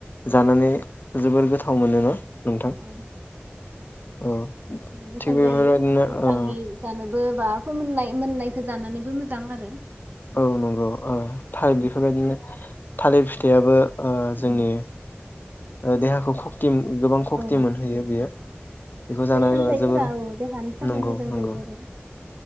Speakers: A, on the left (about 50°); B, on the right (about 40°).
A: जानानै जोबोर गोथाव मोनो न नोंथां?
B: औ
A: ओ
B: गोथाव
A: थिग बेहदिनो
B: जायो गोथाङै
A: ओ
B: <unintelligible> फोमोननाय मोननायखौ जानानैबो मोजां आरो
A: औ नंगौ ओ थार बेफोरबायदिनो थालिर फिथाइयाबो ओ
B: उम
A: जोंनि ओ देहाखौ खक्ति गोबां खक्ति
B: औ
A: मोनहैयो बेयो बेखौ
B: फिथाइ
A: जानानै
B: सामथाइफोरा
A: जोबोर
B: औ देहानि थाखाय
A: नंगौ,
B: मोजां
A: नंगौ
B: जायो आरो